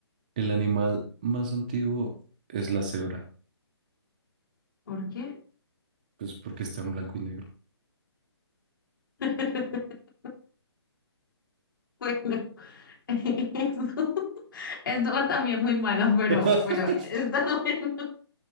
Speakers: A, on the right; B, on the left.
A: El animal más antiguo es la cebra,
B: ¿Por qué?
A: pues porque está en blanco y negro.
B: <laughs> Bueno, <laughs> eso estuvo también muy malo, pero,
A: <laughs>
B: pero está <laughs> bueno.